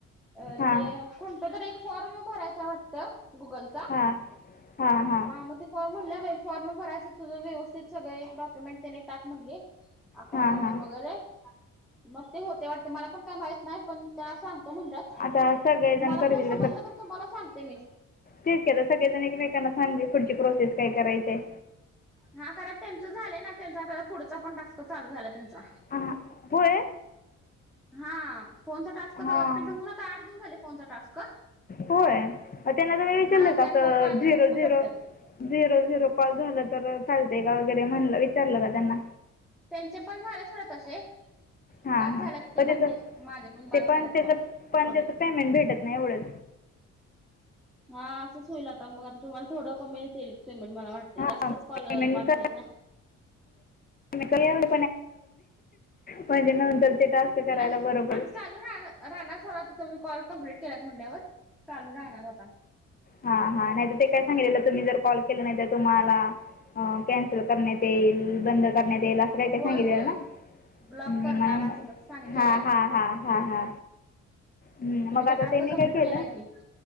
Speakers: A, in the centre; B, on the left.
A: अ
B: हां
A: ते कोणतं तरी एक फॉर्म भरायचा वाटतं गुगलचा
B: हां हां हां,
A: हा मग ते फॉर्म म्हणल्या बाई, फॉर्म भरायचं तुझं व्यवस्थित सगळे डॉक्युमेंट त्यांनी टाक म्हणली. अकाउंट
B: हां
A: नंबर
B: हां
A: वगैरे, मग ते होते वाटते. मला पण काय माहीत नाही. पण त्या सांग तो म्हणल्यात.
B: आता सगळेजण
A: मग मला
B: करतील
A: जर समजलं तर तुम्हाला सांगते मी.
B: तेचकी आता सगळेजण एकमेकांना सांगेल पुढची प्रोसेस काय करायची आहे.
A: हा कारण त्यांच झालंय ना, त्यांचा आता पुढचा पण टास्क चालू झाला त्यांचा.
B: हां होय.
A: हा फोनचा टास्क
B: हां
A: होऊन, आता आठ दिवस झाले फोनचा टास्क.
B: होय, त्यांना तुम्ही विचारलं
A: हा
B: कासं
A: त्या खूप आधीपासन
B: झिरो झिरो.
A: करत्यात.
B: झिरो झिरो कॉल झालं तर चालतय का, वगैरे म्हणलं विचारलं का त्यांना?
A: त्यांचे पन झाले थोडं तसे.
B: हां
A: बाद
B: हां
A: झाल्यात ते
B: पण
A: म्हणले,
B: त्याचं
A: माझे पण बाद
B: ते
A: झालेत
B: त्याचं
A: कॉल
B: पण
A: थोडे.
B: त्याचं पेमेंट भेटत नाही एवढंच.
A: हा असंच होईल, आता मग आता तुम्हाला थोडं कमी मिळेल पेमेंट, मला वाटते
B: हां
A: जास्तच
B: पेमेंट
A: कॉल बाद झालेत ना.
B: पणेल पण जेना म्हनल ते टास्क. <inaudible>
A: नाही,
B: बरं पडेल
A: आता चालू राहला सवात तुम्ही कॉल कम्प्लीट केल्यात म्हणल्यावर चालू राहणार आता.
B: हा हा, नाही तर ते काय सांगितलेलं तुमही जर कॉल केल नाहीतर तुम्हाला कॅन्सल करण्यात येईल, बंद करण्यात येईल आसं. तुला
A: होय
B: एकदा सांगितलेल
A: होय
B: ना.
A: ब्लॉक
B: म
A: करणार असं तसं सांगितलेलं.
B: हा हा हा हा हा. हम्म,
A: तुम्ही
B: मग
A: काय
B: आता
A: टास्क
B: त्यांनी
A: कंप्लीट
B: काय केलं?
A: केलाय की.